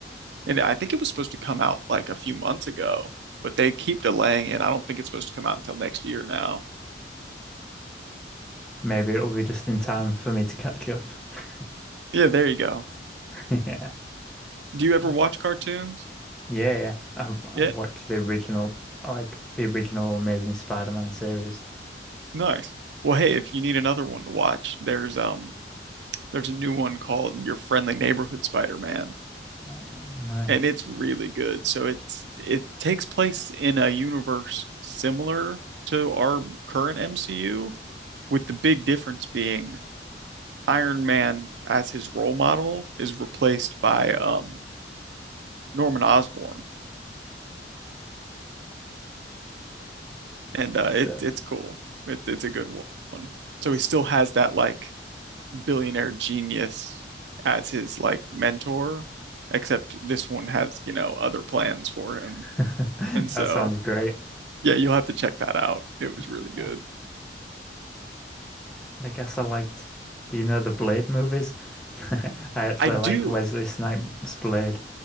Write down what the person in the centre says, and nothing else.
Maybe it'll be just in time for me to catch up. <laughs>
Yeah.
Uh,
yeah, yeah. Um, I've
watched the original, I like the original Amazing Spider-Man series.
Oh, nice.
So
it's-
<laughs>
that sounds great.
Yeah.
I guess I liked. Do you know the Blade movies? <laughs> I actually
liked Wesley Snipes' Blade.